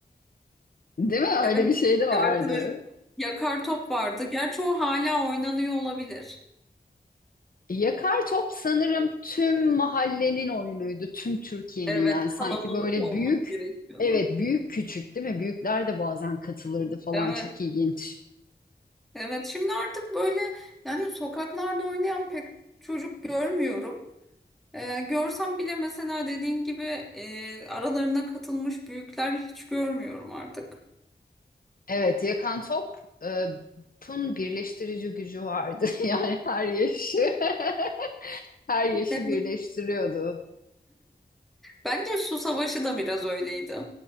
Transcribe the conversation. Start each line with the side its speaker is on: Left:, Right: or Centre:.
Left: Değil mi
Centre: Evet.
Left: öyle bir şey de vardı.
Centre: Evet evet. Yakar top vardı. Gerçi o hala oynanıyor olabilir.
Left: Yakar top sanırım tüm mahallenin oyunuydu tüm Türkiye'nin
Centre: Evet,
Left: yani
Centre: kalabalık
Left: sanki böyle
Centre: olmak
Left: büyük
Centre: gerekiyordu.
Left: evet büyük küçük değil mi? Büyükler de bazen katılırdı falan
Centre: Evet.
Left: çok ilginç.
Centre: Evet. Şimdi artık böyle yani sokaklarda oynayan pek çocuk görmüyorum. Ee, görsem bile mesela dediğin gibi e, aralarına katılmış büyükler hiç görmüyorum artık.
Left: Evet, yakan topun birleştirici gücü vardı. <laughs> Yani her yaşı, <laughs> her yaşı
Centre: Evet.
Left: birleştiriyordu.
Centre: Bence su savaşı da biraz öyleydi.